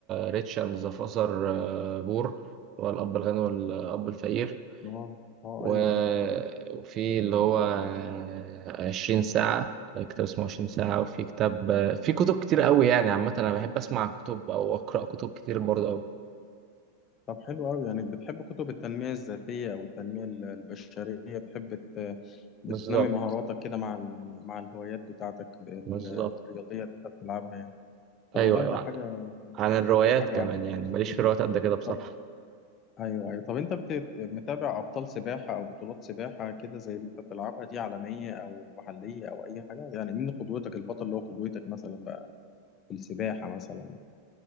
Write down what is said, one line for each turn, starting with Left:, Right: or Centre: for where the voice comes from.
Right: ريتش أند ذا فازر بور اللي هو الأب الغني والأب الفقير
Left: اه اه
Right: و-
Left: ايوه ايوه عارف
Right: وفي اللي هو آه، عشرين ساعة كتاب اسمه عشرين ساعة وفي كتاب آه، في كتب كتير قوي يعني عامة أنا بحب أسمع كتب أو أقرأ كتب كتير برضه أوي.
Left: طب حلو أوي يعني بتحب كتب التنمية الذاتية أو التنمية ال- البشرية بتحب ت- بتنمي
Right: بالظبط
Left: مهاراتك كده مع ال- مع الهوايات بتاعتك بال-
Right: بالظبط
Left: الرياضية اللي أنت بتلعبها يعني طب
Right: ايوه
Left: والله
Right: ايوه
Left: ده حاجة
Right: عن الروايات
Left: حاجة
Right: كمان
Left: حاجة
Right: يعني
Left: حلوة
Right: ماليش في
Left: جدا
Right: الروايات قد كده بصراحه
Left: طب أيوه أيوه طب أنت بت- متابع أبطال سباحة أو بطولات سباحة كده زي اللي أنت بتلعبها دي عالمية أو محلية أو أي حاجة يعني مين قدوتك البطل اللي هو قدوتك مثلا بقى في السباحة مثلا؟